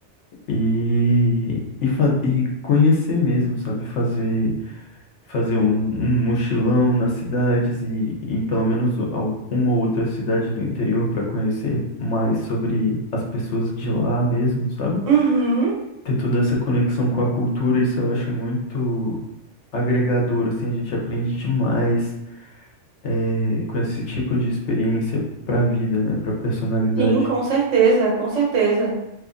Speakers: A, on the left; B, on the right.
A: e, e, fa- e conhecer mesmo, sabe, fazer, fazer um, um mochilão nas cidades e, e pelo menos o- al- uma ou outra cidade do interior para conhecer mais sobre as pessoas de lá mesmo, sabe?
B: Uhum,
A: ter toda essa conexão com a cultura, isso eu acho muito agregador, assim, a gente aprende demais eh, com esse tipo de experiência para a vida, né, para a personalidade.
B: sim, com certeza, com certeza.